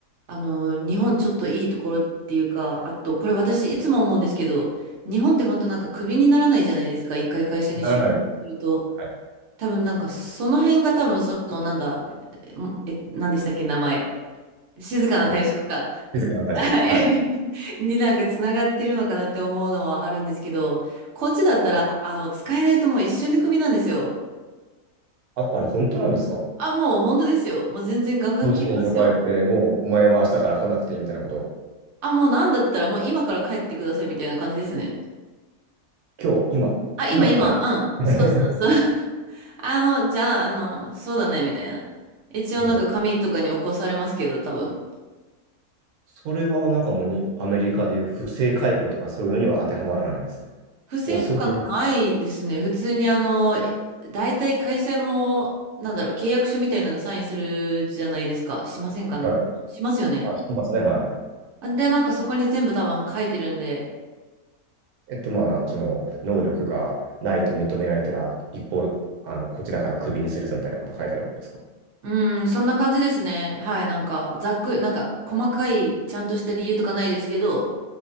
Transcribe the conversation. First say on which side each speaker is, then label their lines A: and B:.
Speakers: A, on the right; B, on the right.
A: あの、日本ちょっといいところっていうか、あと、これ私いつも思うんですけど、日本って本当なんかクビにならないじゃないですか、一回会社に就職すると。
B: ならないです。はい。
A: 多分なんかその辺が多分その、なんだ、え、えなんでしたっけ、名前。静かな退職か。
B: うん静かな対策。
A: はい。
B: はい。
A: <laughs> になんかつながってるのかなって思うのはあるんですけど、こっちだったら、あの、使えないともう一瞬でクビなんですよ。
B: あ、あれ本当なんですか
A: あ、もう本当ですよ。もう全然ガンガン切りますよ。
B: 上司に呼ばれて、もうお前は明日から来なくていいみたいなことを。
A: あ、もうなんだったらもう今から帰ってくださいみたいな感じですね。
B: 今日、今、
A: あ、今今、
B: 今かよ。
A: うん。
B: <laughs>
A: そうそうそう。<laughs> あの、じゃあ、あの、そうだね、みたいな。一応なんか紙とかに起こされますけど、
B: はい。
A: 多分。
B: それはなんかもうにアメリカでいう不正解雇とかそういうのには当てはまらないんですかね。
A: 不正とかないですね。
B: もうそういう、
A: 普通にあの、大体会社も、なんだろう、契約書みたいなのサインするじゃないですか。しませんかね。
B: はい。
A: しますよね。
B: あ、いしますね、はい。
A: あで、なんかそこに全部多分書いてるんで。
B: えっと、まあ、その、能力がないと認められたら、一方、あの、こちらからクビにするぞみたいなこと書いてあるわけですか。
A: うん、そんな感じですね。はい、なんか、ざっく、なんか、細かい、ちゃんとした理由とかないですけど、